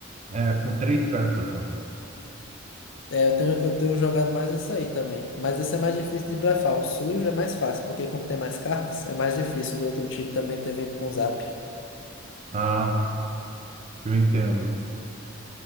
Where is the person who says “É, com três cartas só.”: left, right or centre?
Right